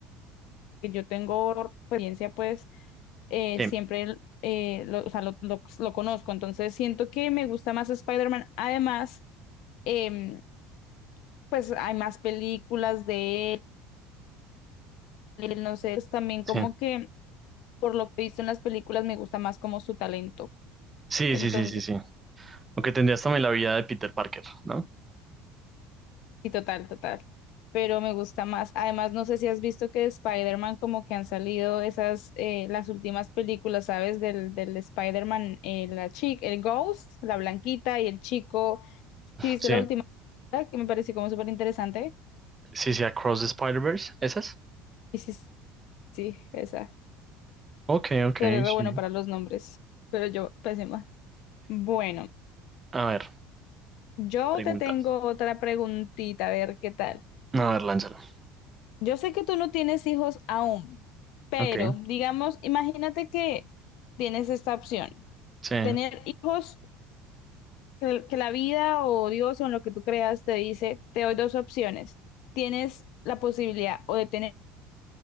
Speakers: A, on the left; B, on the right.
A: yo tengo experiencia, pues eh,
B: Sí,
A: siempre eh, lo, o sea, lo, lo- lo conozco, entonces siento que me gusta más Spider-Man. Además, em, pues hay más películas de él él, no sé, es también
B: sí,
A: como que por lo que he visto en las películas me gusta más como su talento.
B: sí,
A: Entonces,
B: sí, sí, sí, sí. Aunque tendrías también la vida de Peter Parker, ¿no?
A: sí, total, total. Pero me gusta más. Además, no sé si has visto que de Spider-Man como que han salido esas, eh, las últimas películas, ¿sabes? Del, del Spider-Man, eh, la chica, el Ghost, la blanquita y el chico. ¿Sí viste
B: Sí,
A: la última? Que me pareció como súper interesante.
B: sí, sí, Across the Spider-Verse, ¿esas?
A: Y sí, sí, sí, esa.
B: Ok, ok,
A: Pero
B: sí.
A: re bueno para los nombres, pero yo pésima. Bueno.
B: A ver,
A: Yo
B: pregunta.
A: te tengo otra preguntita, a ver qué tal.
B: A ver, lánzala.
A: Yo sé que tú no tienes hijos aún, pero
B: Ok,
A: digamos, imagínate que tienes esta opción,
B: sí.
A: tener hijos que, que la vida o Dios o en lo que tú creas te dice, te doy dos opciones. Tienes la posibilidad o de tener,